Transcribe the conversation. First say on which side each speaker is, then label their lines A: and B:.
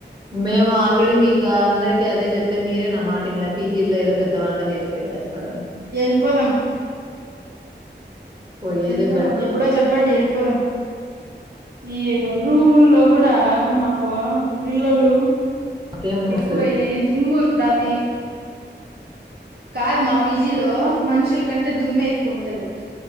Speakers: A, on the right (about 25°); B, on the right (about 60°).
A: మేము ఆల్రెడీ మీకు అందరికి అదే చెప్తే మీరే నా మాటిన్లే పీజీలో ఏదో పెద్ద వంట చేసి పెట్టేస్తారు
B: ఏళ్పదం
A: పోయేదే
B: ఏళ్పదం
A: బెటర్
B: ఎప్పుడో చెప్పండి ఏళ్పదం ఈ ఏడా రూముల్లో కూడా మాకు రిల్లలు
A: నాకేం
B: ఎక్కువేలే
A: వస్తుంది
B: తుము ఉంటది కాదు మా పీజీలో మనుషుల కంటే దుమ్మే ఎక్కువ ఉంటది